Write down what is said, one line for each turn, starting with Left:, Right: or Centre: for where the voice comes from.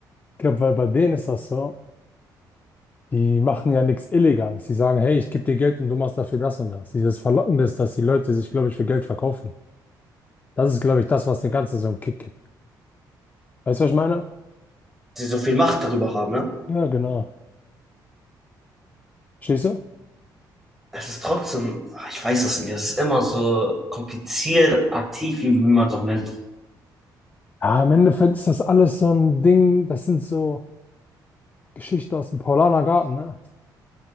Left: glaub, weil bei denen ist das so. Die machen ja nichts Illegales. Die sagen, hey, ich gebe dir Geld und du machst dafür das und das. Dieses Verlockende ist, dass die Leute sich, glaube ich, für Geld verkaufen. Das ist, glaube ich, das, was dem Ganzen so einen Kick gibt. Weißt du, was ich meine?
Centre: Sie so viel Macht darüber haben, ne?
Left: Ja, genau. Stehst du?
Centre: Es ist trotzdem, ah, ich weiß es nicht, es ist immer so kompliziert, aktiv, wie man es auch nennt.
Left: Ja, im Endeffekt ist das alles so ein Ding, das sind so Geschichten aus dem Paulaner Garten, ne?